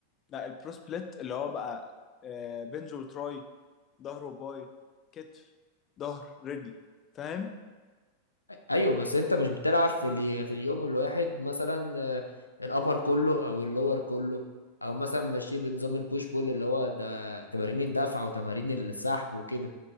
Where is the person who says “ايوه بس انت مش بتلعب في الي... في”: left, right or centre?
Left